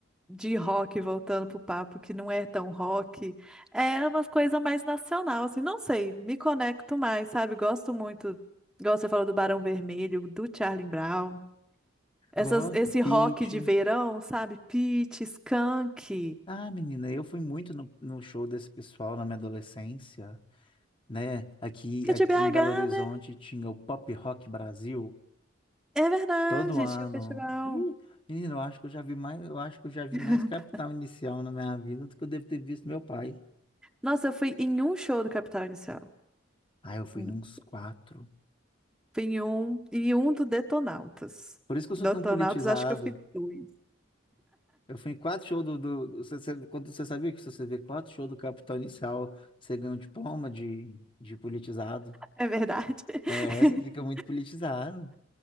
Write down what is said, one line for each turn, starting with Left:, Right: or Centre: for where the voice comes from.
Centre: de rock, voltando pro papo, que não é tão rock, é uma coisa mais nacional, assim, não sei, me conecto mais, sabe? Gosto muito, igual você falou do Barão Vermelho, do Charlie Brown. Essas,
Left: gosto,
Centre: esse
Left: Pitty.
Centre: rock de verão, sabe? Pitty, Skank.
Left: Ah, menina, eu fui muito no, no show desse pessoal na minha adolescência, né? Aqui,
Centre: Que é
Left: aqui
Centre: de BH,
Left: em Belo Horizonte
Centre: né?
Left: tinha o Pop Rock Brasil
Centre: É verdade,
Left: todo ano.
Centre: tinha o festival.
Left: Ih, menina, eu acho que eu já vi mais, eu acho que eu já vi
Centre: <laughs>
Left: mais Capital Inicial na minha vida do que eu devo ter visto meu pai.
Centre: Nossa, eu fui em um show do Capital Inicial.
Left: Ah, eu fui
Centre: Hum.
Left: nos quatro.
Centre: Fui em um e um do Detonautas.
Left: Por isso que eu sou
Centre: Detonautas,
Left: tão politizado.
Centre: acho que eu fui dois.
Left: Eu fui em quatro shows do, do, do- você, você- quando você sabia que se você vê quatro shows do Capital Inicial, você ganha um diploma de, de politizado.
Centre: É verdade. <laughs>
Left: É, você fica muito politizado.